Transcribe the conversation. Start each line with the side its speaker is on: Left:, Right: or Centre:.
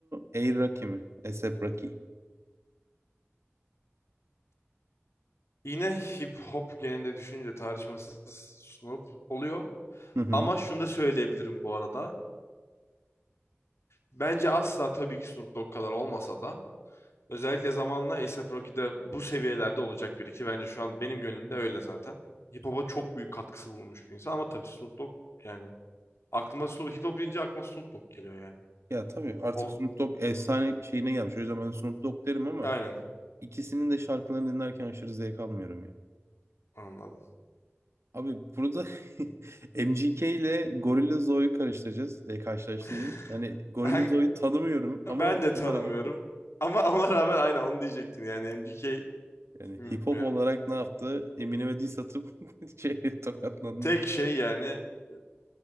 Right: A. Rocky mi? A$AP Rocky.
Left: Yine hip hop genelinde düşününce tartışmasız Snoop oluyor.
Right: Hı hı.
Left: Ama şunu da söyleyebilirim bu arada. Bence asla tabii ki Snoop Dogg kadar olmasa da özellikle zamanla A$AP Rocky'de bu seviyelerde olacak biri ki bence şu an benim gönlümde öyle zaten. Hip hop'a çok büyük katkısı bulunmuş bir insan ama tabii Snoop Dogg yani aklıma Snoop hip hop deyince aklıma Snoop Dogg geliyor yani.
Right: Ya tabii artık
Left: O
Right: Snoop Dogg efsane şeyine gelmiş. O yüzden ben Snoop Dogg derim ama
Left: aynen
Right: ikisinin de şarkılarını dinlerken aşırı zevk almıyorum ya.
Left: anladım.
Right: Abi burada <laughs> MGK ile Zoe'yu karıştıracağız, e, karşılaştıracağız.
Left: <laughs>
Right: Yani
Left: Ben,
Right: Zoe'yu tanımıyorum ama
Left: ben de
Right: ona
Left: tanımıyorum
Right: rağmen
Left: ama ona rağmen aynen onu diyecektim yani MGK
Right: yani
Left: bilmiyorum.
Right: hip hop olarak ne yaptı? Eminem'e diss atıp <laughs> şey tokatlandı.
Left: Tek şey yani e,